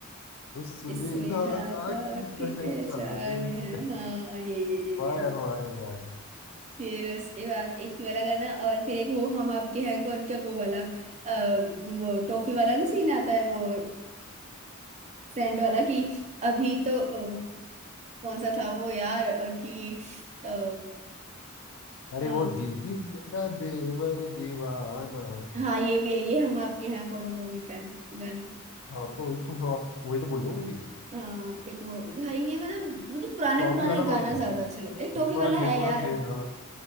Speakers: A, on the left; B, on the right.
A: उस विधाता
B: इस विधाता
A: की
B: की
A: पहचान
B: पहचान है
A: है
B: हाँ यही यही यही
A: वाह
B: है
A: यार वाह यार वाह यार
B: फिर उसके बाद एक ये वाला गाना और फिर एक वो हम आपके हैं कौन क्या वो वाला आ, वो टॉफी वाला नहीं सीन आता है वो फ्रेंड वाला कि अभी तो अ, कौन सा था वो यार अ, कि अ,
A: अरे
B: अ,
A: वो दीदी तेरा देवर दीवाना
B: हाँ ये भी है ये हम आपके हैं कौन मूवी का है गाना
A: हाँ तो वही तुम हम आप- वही तो बोल रहे हो मूवी
B: अ, एक वो भाई ये मतलब मुझे पुराने
A: टॉफी
B: पुराने
A: वाला कौन
B: गाना
A: था
B: ज्यादा अच्छे लगे एक टॉफी
A: वाह
B: वाला
A: हे
B: है यार
A: वाह हे राम